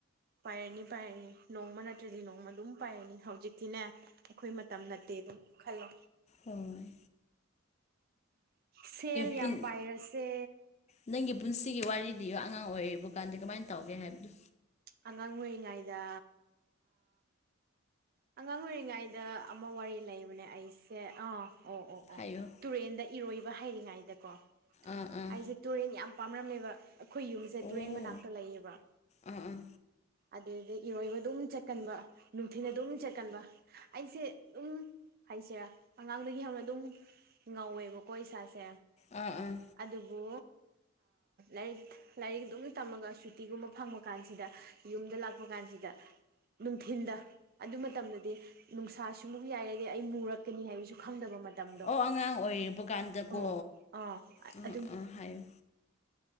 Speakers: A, on the right; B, on the left.
A: ꯄꯥꯏꯔꯅꯤ ꯄꯥꯏꯔꯅꯤ ꯅꯣꯡꯃ ꯅꯠꯇ꯭ꯔꯗꯤ ꯅꯣꯡꯃ ꯑꯗꯨꯝ ꯄꯥꯏꯔꯅꯤ ꯍꯧꯖꯤꯛꯇꯤꯅꯦ ꯑꯩꯈꯣꯏ ꯃꯇꯝ ꯅꯠꯇꯦ ꯑꯗꯨꯝ ꯈꯜꯂꯣ
B: ꯎꯝ
A: ꯁꯦꯜ
B: ꯄꯨꯟ
A: ꯌꯥꯝ ꯄꯥꯏꯔꯁꯦ
B: ꯅꯪꯒꯤ ꯄꯨꯟꯁꯤꯒꯤ ꯋꯥꯔꯤꯗꯤ ꯑꯉꯥꯡ ꯑꯣꯏꯔꯤꯕ ꯀꯥꯟꯗ ꯀꯃꯥꯏꯅ ꯇꯧꯒꯦ ꯍꯥꯏꯕꯗꯨ
A: ꯑꯉꯥꯡ ꯑꯣꯏꯔꯤꯉꯩꯗ ꯑꯉꯥꯡ ꯑꯣꯏꯔꯤꯉꯩꯗ ꯑꯃ ꯋꯥꯔꯤ ꯂꯩꯕꯅꯦ ꯑꯩꯁꯦ ꯑꯥ ꯑꯣ ꯑꯣ ꯑꯣ
B: ꯍꯥꯏꯌꯣ
A: ꯇꯨꯔꯦꯟꯗ ꯏꯔꯣꯏꯕ ꯍꯩꯔꯤꯉꯩꯗꯀꯣ
B: ꯑꯥ ꯑꯥ
A: ꯑꯩꯁꯦ ꯇꯨꯔꯦꯟ ꯌꯥꯝ ꯄꯥꯝꯔꯝꯃꯦꯕ ꯑꯩꯈꯣꯏ ꯌꯨꯝꯁꯦ
B: ꯑꯣ
A: ꯇꯨꯔꯦꯟ ꯃꯅꯥꯛꯇ ꯂꯩꯌꯦꯕ
B: ꯑꯥ ꯑꯥ
A: ꯑꯗꯨꯗꯒꯤ ꯏꯔꯣꯏꯕ ꯑꯗꯨꯝ ꯆꯠꯀꯟꯕ ꯅꯨꯡꯊꯤꯟ ꯑꯗꯨꯝ ꯆꯠꯀꯟꯕ ꯑꯩꯁꯦ ꯑꯗꯨꯝ ꯍꯥꯏꯁꯦꯔꯥ ꯑꯉꯥꯡꯗꯒꯤ ꯍꯧꯅ ꯑꯗꯨꯝ ꯉꯧꯑꯦꯕꯀꯣ ꯏꯁꯥꯁꯦ
B: ꯑꯥ ꯑꯥ
A: ꯑꯗꯨꯕꯨ ꯂꯥꯏꯔꯤꯛ ꯂꯥꯏꯔꯤꯛ ꯑꯗꯨꯝ ꯇꯝꯃꯒ ꯁꯨꯇꯤꯒꯨꯝꯕ ꯐꯪꯕ ꯀꯥꯟꯁꯤꯗ ꯌꯨꯝꯗ ꯂꯥꯛꯄ ꯀꯥꯟꯁꯤꯗ ꯅꯨꯡꯊꯤꯟꯗ ꯑꯗꯨ ꯃꯇꯝꯗꯗꯤ ꯅꯨꯡꯁꯥꯁꯨꯃꯨꯛ ꯌꯥꯏꯔꯗꯤ ꯑꯩ ꯃꯨꯔꯛꯀꯅꯤ ꯍꯥꯏꯕꯁꯨ ꯈꯪꯗꯕ ꯃꯇꯝ ꯃꯇꯝꯗꯣ
B: ꯑꯣ ꯑꯉꯥꯡ ꯑꯣꯏꯔꯤꯕ ꯀꯥꯟꯗꯀꯣ
A: ꯎꯝ ꯑꯥ
B: ꯎꯝ
A: ꯑꯗꯨꯝ
B: ꯎꯝ ꯍꯥꯏꯌꯨ